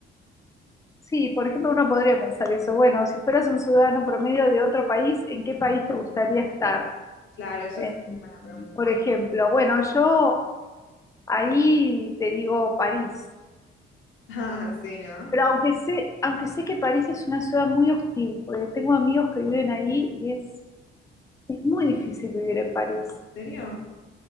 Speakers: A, on the left; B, on the left.
A: Sí, por ejemplo, uno podría pensar eso. Bueno, si fueras un ciudadano promedio de otro país, ¿en qué país te gustaría estar?
B: Claro, eso
A: Eh,
B: es buena pregunta.
A: por ejemplo,
B: <laughs>
A: bueno, yo ahí te digo París,
B: Ah, sí, ¿no?
A: pero aunque sé, aunque sé que París es una ciudad muy hostil, porque tengo amigos que viven ahí y es, es muy difícil vivir en París.
B: ¿En serio?